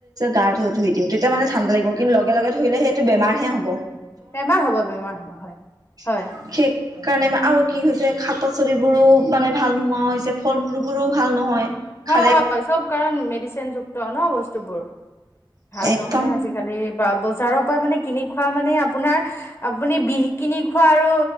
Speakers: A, on the right (about 50°); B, on the left (about 30°).
A: গা ধুই দিম তেতিয়া মানে ঠাণ্ডা লাগিব কিন্তু লগে লগে ধুলে সেইটো বেমাৰহে হ'ব।
B: বেমাৰ হ'ব বেমাৰ হ'ব হয়।
A: <unintelligible>
B: হয়
A: কাৰণে আৰু কি হৈছে শাক পাচলিবোৰো মানে ভাল নোহোৱা হৈছে ফল মূল বোৰো ভাল নহয়। খালে
B: হয় হয় চব কাৰণ মেডিচিনযুক্ত ন বস্তুবোৰ। ভাল
A: একদম
B: নহয় আজিকালি বা বজাৰত মানে কিনি খোৱা মানে আপোনাৰ আপুনি বিষ কিনি খোৱা আৰু